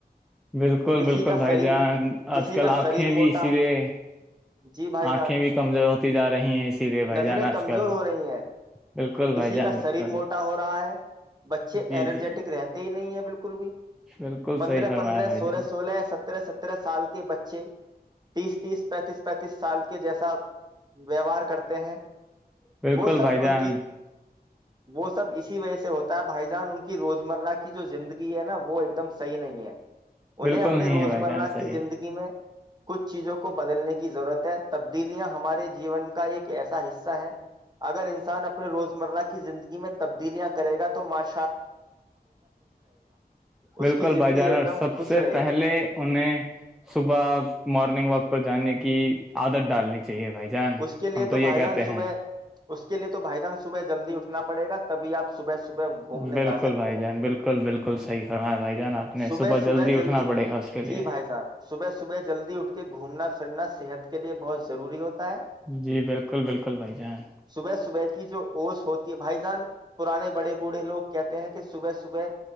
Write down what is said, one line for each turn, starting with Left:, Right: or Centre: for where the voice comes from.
Centre: بالکل
Right: کسی
Centre: بالکل
Right: کا
Centre: بھائی
Right: شریر
Centre: جان
Right: کسی
Centre: آج کل
Right: کا
Centre: آنکھیں
Right: شریر
Centre: بھی
Right: موٹا
Centre: اسی لیے
Right: جی بھائی
Centre: آنکھیں
Right: جان
Centre: بھی کمزور ہوتی جا رہی ہیں اسی لیے بھائی
Right: نظریں
Centre: جان آج
Right: کمزور
Centre: کل
Right: ہو رہی ہیں
Centre: بالکل بھائی
Right: کسی
Centre: جان
Right: کا
Centre: بالکل
Right: شریر موٹا ہو رہا ہے بچے
Centre: جی
Right: ارجیٹک
Centre: جی
Right: رہتے ہی نہیں ہے بالکل بھی
Centre: بالکل
Right: پندرہ
Centre: صحیح فرمایا
Right: پندرہ
Centre: بھائی
Right: سولہ
Centre: جان
Right: سولہ سترہ سترہ سال کے بچے تیس تیس پینتیس پینتیس سال کے جیسا ویوہار کرتے ہیں
Centre: بالکل
Right: وہ سب
Centre: بھائی
Right: ان
Centre: جان
Right: کی وہ سب اسی وجہ سے ہوتا بھائی جان ان کی روزمرہ کی جو زندگی ہے نا وہ ایک دم صحی نہیں ہے
Centre: بالکل
Right: انہیں اپنی
Centre: نہیں
Right: روزمرہ
Centre: ہے بھائی جان صحیح
Right: کی زندگی میں کچھ چیزوں کو بدلنے کی ضرورت ہے تبدیلیاں ہمارے جیون کا ایک ایسا حصہ ہے اگر انسان اپنے روز مرہ کی زندگی میں تبدیلیاں کرے گا تو توش <inaudible> اس
Centre: بالکل
Right: کی زندگی
Centre: بھائی جانور
Right: ایک دم
Centre: سب
Right: خوش
Centre: سے
Right: رہے
Centre: پہلے
Right: گی
Centre: انہیں صبح مارننگ واک پر جانے کی عدت ڈالنی چیے بھائی جان
Right: اس کے لیے
Centre: ہم تو
Right: بھائی
Centre: یہ
Right: جان
Centre: کہتے
Right: صبح
Centre: ہیں
Right: اس کے لیے تو بھائی جان صبح جلدی اٹھنا پڑےا تبھی آپ صبح صبح گھومنے
Centre: بالکل
Right: جا سکتے
Centre: بھائی
Right: ہیں
Centre: جان بالکل بالکل صحیح فرمایا بھائی جان آپ نے
Right: صبح صبح جلدی
Centre: اٹھنا پڑے گا اس کے لیے
Right: جی بھائی صحب صبح صبح جلدی اٹھ کے گھومنا پھرنا سب صحت کے لیے بہت ضوری ہو ہے
Centre: جی بالکل بالکل بھائی جان
Right: صبح صبح کی جو اوش ہوتی ہے بھائی جان پرانے بڑے بوڑھے لوگ کہتے ہیں کہ صبح صبح